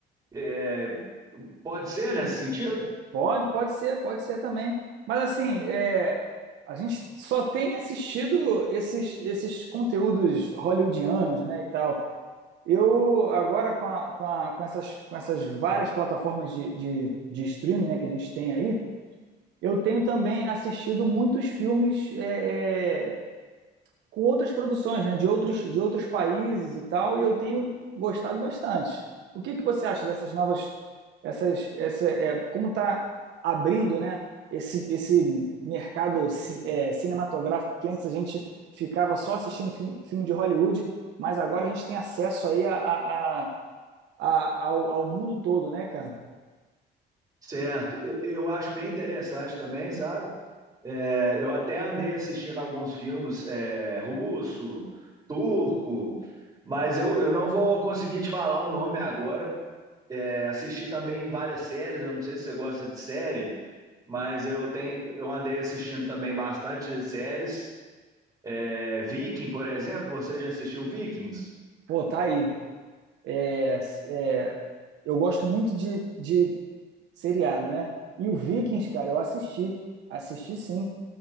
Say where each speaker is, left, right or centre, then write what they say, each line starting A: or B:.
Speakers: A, on the right (about 25°); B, on the right (about 80°).
A: É, Pode ser nesse sentido?
B: Pode, pode ser, pode ser também. Mas assim, é, a gente só tem assistido esses, esses conteúdos hollywoodianos, né, e tal. Eu agora com, a- com, a- com essas, com essas várias plataformas de, de, de streaming, né, que a gente tem aí, eu tenho também assistido muitos filmes é, é, com outras produções, né, de outros, de outros países e tal, e eu tenho gostado bastante. O que, que você acha dessas novas, essas, essa, é, como está abrindo, né, esse, esse mercado ci- é, cinematográfico que antes a gente ficava só assistindo filme, filme de Hollywood, mas agora a gente tem acesso aí a, a- a- a- ao, ao mundo todo, né, cara?
A: Certo. Eu acho bem interessante também, sabe? É, eu até andei assistindo alguns filmes é, russo, turco, mas eu, eu não vou conseguir te falar o nome agora. É, assisti também várias séries, eu não sei se você gosta de série, mas eu tenho, eu andei assistindo também bastante séries. É, Viking, por exemplo, você já assistiu Vikings?
B: Pô, tá aí. É, é, Eu gosto muito de, de seriado, né? E o Vikings, cara, eu assisti, assisti sim.